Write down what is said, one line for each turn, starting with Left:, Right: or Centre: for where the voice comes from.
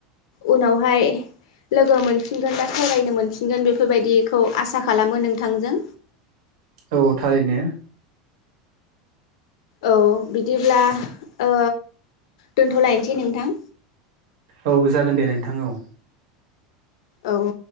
Left: उनावहाय। लोगो मोनफिनगोन बा सावरायनो मोनफिनगोन बेफोरबायदिखौ आसा खालामो नोंथांजों।
Right: औ थारैनो।
Left: औ बिदिब्ला ओ दोनथ'लायनोसै नोंथां।
Right: औ जागोन दे नोंथां औ।
Left: औ औ।